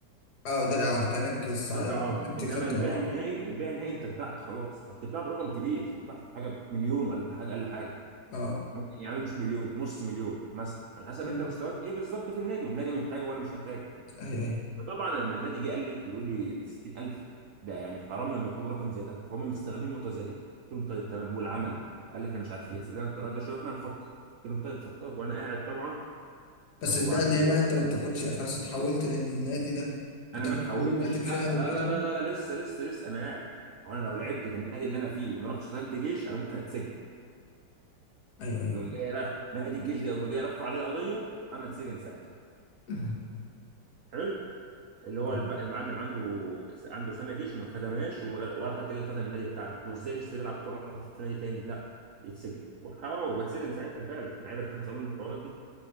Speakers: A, on the left; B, on the right.
A: أه ده الإعارة كأنك الساعة
B: الاعاره
A: يعني خدت
B: انما
A: خدت
B: البيع
A: إعارة
B: النهائي البيع النهائي انت اتبعت خلاص فبتتباع برقم كبير بتتباع في حاجه مليون ولا حاجه اقل حاجه
A: أه
B: ممكن يا عم مش مليون نص مليون مثلا على حسب
A: مم.
B: انت مستواك ايه بالظبط في النادي والنادي محتاجه ولا مش محتاجه
A: أيوه أيوه
B: فطبعا لما النادي جه قال لي يقول لي 60000 ده يعني حرام لما يطلبوا رقم زي ده فهم مستغلين النقطه زي دي قلت لهم طيب تمام والعمل قال لي احنا مش عارفين سيب لنا القرار ده شويه واحنا نفكر قلت لهم طيب فكر وانا قاعد طبعا
A: بس
B: طب
A: الباقي
B: وبعدين
A: النهائي بقى أنت ما بتاخدش يعني خلاص اتحولت للنادي ده بتاخد
B: انا ما اتحولتش
A: منه راتب شهري
B: لا لا
A: وكده؟
B: لا لا لا, لا لسه لسه لسه انا قاعد هو انا لو
A: مم.
B: لعبت في النادي اللي انا فيه وما رحتش خدمت جيش انا ممكن اتسجن
A: أيوه أيوه
B: يقوم جاي رايح نادي الجيش ده يقوم جاي رفع عليه قضيه انا اتسجن ساعتها
A: مم.
B: حلو اللي هو
A: أه
B: الب- المعلم عنده عنده سنه جيش وما خدمهاش وما- ولا حتى جه خدم النادي بتاعنا وازاي لسه بيلعب كوره في نادي تاني لا يتسجن وحاول واتسجن ساعتها فعلا لعيبه كتير حصل لهم الحوارات دي